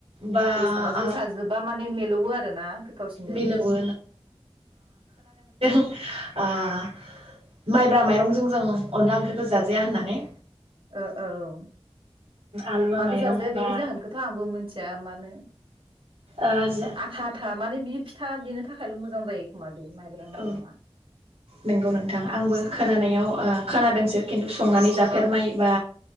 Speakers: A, on the right; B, on the right.
A: बा
B: जोसा जोसाजोबा
A: ओ
B: माने मिलौवो आरोना गोथावसिन जायो
A: मिलौवो आ माइब्रा माइरंजों जों अनला ओंख्रिखौ जाजाया होननानै
B: ओ ओ औ
A: आलुवा
B: मानो
A: माइरं
B: जाजाया बेनि
A: बा
B: जाहोनखौथ' आंबो मिथिया मानो
A: ओ जा
B: आथा आथा माने बियो फिथा देनो थाखायल' मोजां जायो <unintelligible> माइरङा
A: औ नंगौ नोंथां आंबो खोनानायाव खोनादों सो खिन्थु संनानै जाफेरनाय
B: औ
A: बा